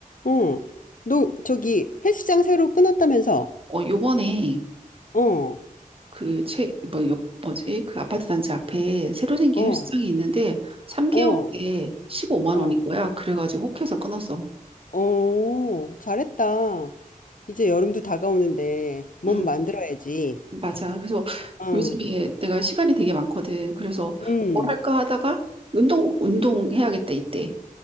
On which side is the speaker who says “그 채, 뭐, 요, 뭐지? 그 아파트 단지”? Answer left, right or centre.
Right